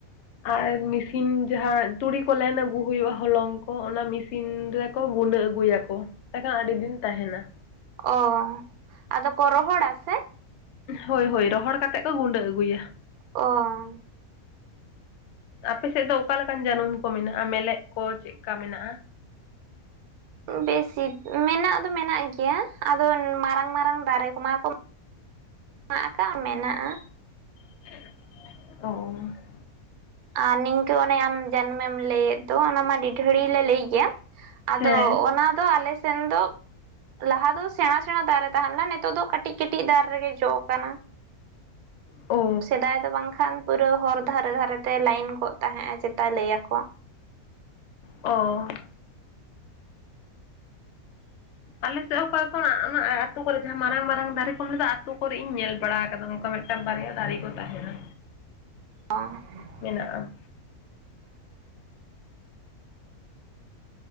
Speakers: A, on the left; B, on the right.
A: ᱟᱨ ᱢᱤᱥ ᱤᱥᱤᱱ ᱡᱟᱦᱟᱸ ᱛᱩᱲᱤ ᱠᱚ ᱞᱮᱱ ᱟᱹᱜᱩ ᱦᱩᱭᱩᱜᱼᱟ ᱦᱚᱞᱚᱝ ᱠᱚ ᱚᱱᱟ ᱢᱤᱥᱤᱱ ᱨᱮᱠᱚ ᱜᱩᱸᱰᱟᱹ ᱟᱹᱜᱩᱭᱟᱠᱚ᱾ ᱮᱱᱠᱷᱟᱱ ᱟᱹᱰᱤ ᱫᱤᱱ ᱛᱟᱦᱮᱱᱟ᱾
B: ᱚ ᱟᱫᱚ ᱠᱚ ᱨᱚᱦᱚᱲᱟ ᱥᱮ
A: ᱦᱳᱭ ᱦᱳᱭ ᱨᱚᱦᱚᱲ ᱠᱟᱛᱮᱜ ᱠᱚ ᱜᱩᱸᱰᱟᱹ ᱟᱹᱜᱩᱭᱟ᱾
B: ᱚ
A: ᱟᱯᱮ ᱥᱮᱫ ᱫᱚ ᱚᱠᱟ ᱞᱮᱠᱟᱱ ᱡᱟᱹᱱᱩᱢ ᱠᱚ ᱢᱮᱱᱟᱜᱼᱟ ᱢᱮᱞᱮᱫ ᱠᱚ ᱪᱮᱫ ᱠᱟ ᱢᱮᱱᱟᱜᱼᱟ
B: ᱵᱮᱥᱤ ᱢᱮᱱᱟᱜ ᱫᱚ ᱢᱮᱱᱟᱜ ᱜᱮᱭᱟ ᱟᱫᱚ ᱢᱟᱨᱟᱝ ᱢᱟᱨᱟᱝ ᱫᱟᱨᱮ ᱠᱚᱢᱟ ᱠᱚ᱾ ᱟᱠᱟ ᱢᱮᱱᱟᱜᱼᱟ
A: ᱚ
B: ᱟᱨ ᱱᱤᱝᱠᱟᱹ ᱚᱱᱮ ᱟᱢ ᱡᱟᱱᱩᱢᱮᱢ ᱞᱟᱹᱭᱮᱫ ᱫᱚ ᱚᱱᱟ ᱢᱟ᱾ ᱜᱷᱟᱹᱲᱤ ᱞᱮ ᱞᱟᱹᱭ ᱜᱮᱭᱟ ᱟᱫᱚ
A: ᱦᱮᱸ
B: ᱚᱱᱟ ᱫᱚ ᱟᱞᱮ ᱥᱮᱱ ᱫᱚ ᱞᱟᱦᱟ ᱫᱚ ᱥᱮᱬᱟ ᱥᱮᱬᱟ ᱫᱟᱨᱮ ᱛᱟᱦᱮᱸ ᱞᱮᱱᱟ ᱱᱤᱛᱚᱜ ᱫᱚ ᱠᱟᱹᱴᱤᱡ ᱠᱟᱹᱴᱤᱡ ᱫᱟᱨᱮ ᱨᱮᱜᱮ ᱡᱚ ᱠᱟᱱᱟ᱾
A: ᱚ
B: ᱥᱮᱫᱟᱭ ᱫᱚ ᱵᱟᱝᱠᱷᱟᱱ ᱯᱩᱨᱟᱹ ᱦᱚᱨ ᱫᱷᱟᱨᱮ ᱫᱷᱟᱨᱮ ᱛᱮ ᱞᱟᱭᱤᱱ ᱠᱚᱜ ᱛᱟᱦᱮᱸᱜ ᱼᱮ ᱪᱮᱛᱟ ᱞᱟᱹᱭᱟᱠᱚ
A: ᱚ
B: <inaudible>
A: ᱟᱞᱮ ᱥᱮᱫ ᱚᱠᱟ ᱠᱷᱚᱱᱟᱜ ᱚᱱᱟ ᱟ ᱟᱹᱛᱩ ᱠᱚᱨᱮ ᱡᱟᱦᱟᱸ ᱢᱟᱨᱟᱝ ᱢᱟᱨᱟᱝ ᱫᱟᱨᱮ ᱠᱚᱢ ᱞᱮᱫᱟ ᱟᱛᱩ ᱠᱚᱨᱮ ᱤᱧ ᱧᱮᱞ ᱵᱟᱲᱟ ᱠᱟᱫᱟ ᱚᱱᱠᱟ ᱢᱤᱫᱴᱟᱝ ᱢᱤᱫᱴᱟᱝ ᱵᱟᱨᱭᱟ ᱫᱟᱨᱤ ᱠᱚ ᱛᱟᱦᱮᱱᱟ᱾
B: ᱚ
A: ᱢᱮᱱᱟᱜᱼᱟ